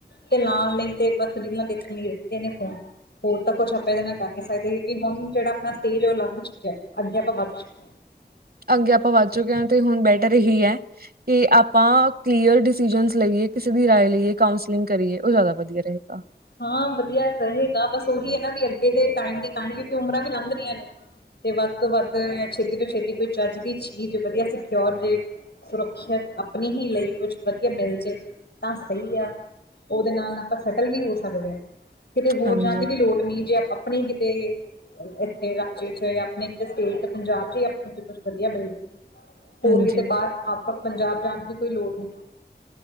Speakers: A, on the left; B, on the right.
A: ਤੇ ਲਾਉਣ ਲਈ ਤੇ ਬਸ ਰੀਲਾਂ ਦੇਖਣ ਲਈ ਰਹਿ ਗਏ ਨੇ ਫੋਨ। ਹੋਰ ਤਾਂ ਕੁੱਛ ਆਪਾਂ ਇਹਦੇ ਨਾਲ ਕਰੀ ਸਕਦੇ ਕਿਉਂਕਿ ਹੁਣ ਜਿਹੜਾ ਆਪਣਾ ਸਟੇਜ ਉਹ ਲੰਘ ਚੁੱਕਿਆ ਅਗੇ ਆਪਾਂ ਵਧ ਚੁੱਕਿਆ।
B: ਅੱਗੇ ਆਪਾਂ ਵੱਧ ਚੁੱਕੇ ਹਾਂ ਤੇ ਹੁਣ ਬੈਟਰ ਇਹੀ ਹੈ। ਕਿ ਆਪਾਂ ਕਲੀਅਰ ਡਿਸੀਜਨ ਲਈਏ ਕਿਸੇ ਦੀ ਰਾਏ ਲਈਏ ਕਾਂਸਲਿੰਗ ਕਰੀਏ ਉਹ ਜ਼ਿਆਦਾ ਵਧੀਆ ਰਹੇਗਾ।
A: ਹਾਂ ਵਧੀਆ ਰਹੇਗਾ ਬਸ ਉਹੀ ਐ ਨਾ ਵੀ ਅੱਗੇ ਦੇ ਟਾਈਮ ਦੀ ਕਹੀਂ ਕਿਉਂਕਿ ਉਮਰਾਂ ਵੀ ਲੰਘ ਰਹੀਆਂ ਨੇ। ਤੇ ਵੱਧ ਤੋਂ ਵੱਧ ਛੇਤੀ ਤੋਂ ਛੇਤੀ ਕੋਈ ਚੱਜ ਦੀ ਚੀਜ਼ ਵਧੀਆ ਸਕਿਓਰ ਜੇ। ਸੁਰੱਖਿਅਤ ਆਪਣੀ ਹੀ ਲਈ ਕੁਛ ਵਧੀਆ ਮਿਲ ਜੇ ਤਾਂ ਸਹੀ ਆ। ਉਹਦੇ ਨਾਲ ਆਪਾਂ ਸੈਟਲ ਵੀ ਹੋ ਸਕਦੇ ਆ, ਕਿਤੇ ਹੋਰ
B: ਹਾਂਜੀ
A: ਜਾਣ ਦੀ ਵੀ ਲੋੜ ਨੀ ਜੇ ਆਪਾਂ ਆਪਣੇ ਕਿਤੇ ਏਥੇ ਰਾਜੇ ਚ ਆਪਣੇ ਇੱਕ ਸਟੇਟ ਪੰਜਾਬ ਚੀ ਜਾ ਆਪਣੇ ਚ ਕੁਛ ਵਧੀਆ ਮਿਲ ਜਾ ਹੋਰ
B: ਹਾਂਜੀ
A: ਕਿਤੇ ਬਾਰ ਆਪ ਪੰਜਾਬ ਜਾਣ ਦੀ ਕੋਈ ਲੋੜ ਨੀ।